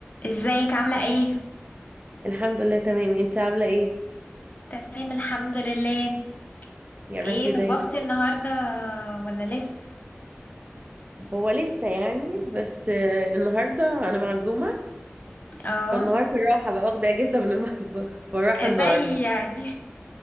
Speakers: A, on the left; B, on the right.
A: ازيك عاملة ايه؟
B: الحمد لله تمام انت عاملة ايه
A: تمام الحمد لله
B: يا
A: ايه
B: رب دايما
A: طبختي النهاردة ولا لسه؟
B: هو لسه يعني بس آه، النهاردة انا معزومة
A: اه
B: فالنهاردة راحة بقى واخدة اجازة من المطبخ فراحة النهاردة
A: زي يعني